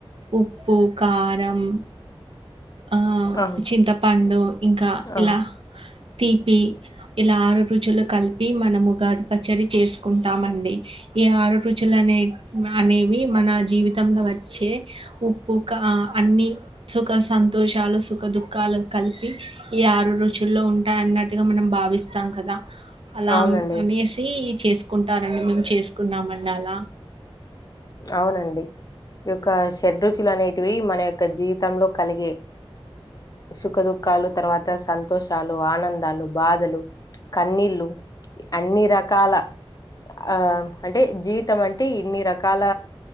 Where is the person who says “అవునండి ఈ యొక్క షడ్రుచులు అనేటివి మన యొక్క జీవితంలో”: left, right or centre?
Left